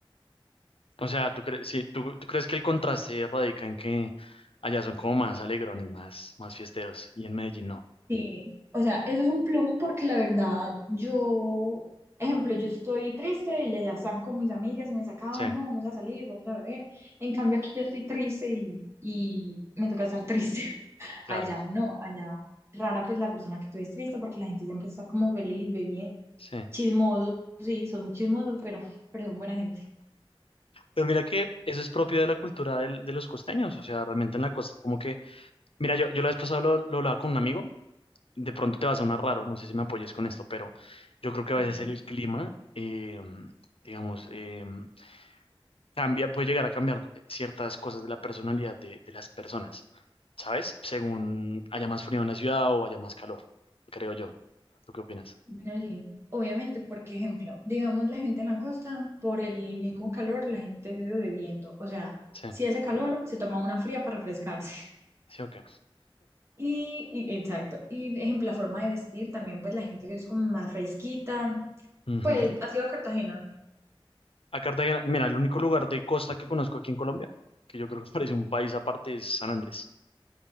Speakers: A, on the left; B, on the right.
A: O sea, ¿tú crees, sí, tú, tú crees que el contraste radica en que allá son como más alegrones, más, más fiesteros, y en Medellín no?
B: Sí, o sea, eso es un plus porque la verdad, yo, ejemplo, yo estoy triste y allá están con mis amigas y me sacaban,
A: Sí,
B: no, vamos a salir, vamos a beber. En cambio, aquí yo estoy triste y, y me toca estar triste. <laughs>
A: claro,
B: Allá no, allá rara pues la persona que tú es triste porque la gente siempre está como feliz, bebiendo,
A: sí.
B: chismosos, sí, son muy chismosos, pero, pero son buena gente.
A: Pero mira que eso es propio de la cultura del- de los costeños, o sea, realmente en la costa, como que, mira, yo, yo la vez pasada lo, lo hablaba con un amigo, de pronto te va a sonar raro, no sé si me apoyes con esto, pero yo creo que a veces
B: Ok.
A: el clima, eh, digamos, em, cambia, puede llegar a cambiar ciertas cosas de la personalidad de, de las personas, ¿sabes? Según haya más frío en la ciudad o haya más calor, creo yo. ¿Tú qué opinas?
B: Bueno, sí, obviamente, porque ejemplo, digamos la gente en la costa, por el mismo calor, la gente vive bebiendo. O sea,
A: Sí,
B: si hace calor, se toma una fría para refrescarse. <laughs>
A: sí, ok.
B: Y, y- exacto. Y ejemplo, la forma de vestir también, pues la gente que es como más fresquita,
A: Ujú.
B: pues ha sido a Cartagena.
A: A Cartagena, mira, el único lugar de costa que conozco aquí en Colombia, que yo creo que <laughs> parece un país aparte, es San Andrés.